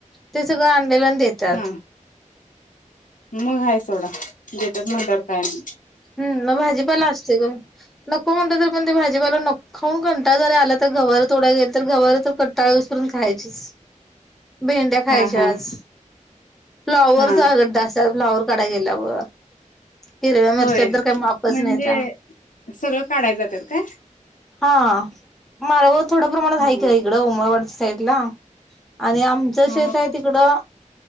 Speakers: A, in the centre; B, on the left.
A: ते सगळं आणलेला देतात.
B: हा मग हाय सोडा देतात म्हणल्यावर काय नाही.
A: हम् न भाजीपाला असती ग न को म्हणत त म्हणते भाजीपाला नको खाऊन कंटाळा जरी आला तर गवार तोडाय गेल तर गवार तर कंटाळ करून खायचीच. भेंड्या खायच्याज
B: हा हा हा हा
A: फ्लाॉवरचा
B: हा
A: गडडा असा फ्लॉवर काडाय गेल्यावर हिरव्या
B: होय
A: मिरच्यात तरर काही मापच
B: म्हणजे
A: नाही त्या
B: सगळं काढाय जातात काय
A: हा माळव व थोड्या प्रमाणात
B: हा
A: आहेक इकडं उमरवाडच्या साईडला आणि आमचं
B: हा
A: शेत
B: हा
A: आहे
B: कुठ
A: तिकडं